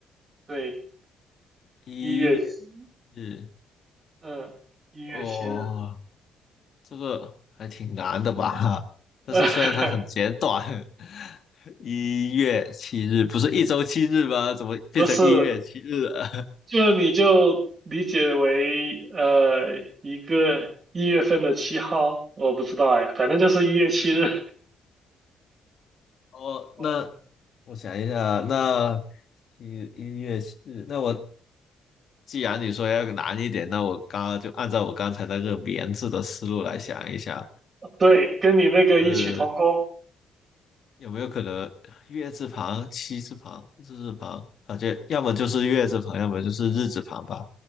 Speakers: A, on the right; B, on the left.
A: 对，
B: 一月
A: 一月七
B: 日，
A: 嗯，一月七日，
B: 哦，这个还挺难的吧？但是虽然它很简短，
A: <laughs>
B: <laughs> 一月七日不是一周七日吗？怎么变成一月七日了？
A: 不是，就你就理解为呃一个一月份的七号，我不知道哎，反正就是一月七日。
B: <laughs> 哦，
A: 哦，
B: 那我想一下，那一一月七日，那我既然你说要难一点，那我刚刚就按照我刚才那个棉字的思路来想一下，
A: 对，跟你那个异曲同工。
B: 是有没有可能月字旁、七字旁、日字旁，感觉要么就是月字旁，要么就是日字旁吧？